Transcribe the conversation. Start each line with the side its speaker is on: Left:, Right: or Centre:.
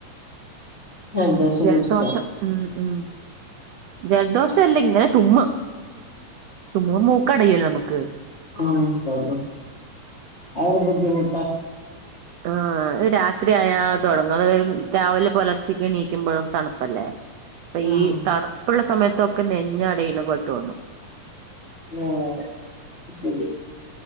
Left: ജലദോഷം
Right: ജലദോഷം
Left: പിടിച്ചോ
Right: ഉം ഉം ജലദോഷ അല്ലെ ഇങ്ങനെ തുമ്മ് തുമ്മുമ്പ മൂക്ക് അടയല്ലോ നമുക്ക്
Left: ആക്കള്ളൂ അവരു ബുദ്ധിമുട്ട
Right: ആഹ് അത് രാത്രിയയാ തുടങ്ങും അത് രാവിലെ പുലർച്ചക്ക് എണീക്കുമ്പോഴും തണുപ്പല്ലേ അപ്പൊ
Left: ആഹ്
Right: ഈ തണുപ്പുള്ള സമയത്തൊക്കെ നെഞ്ഞടയിന്ന പോലെതോന്നു
Left: ആഹ് ശെരി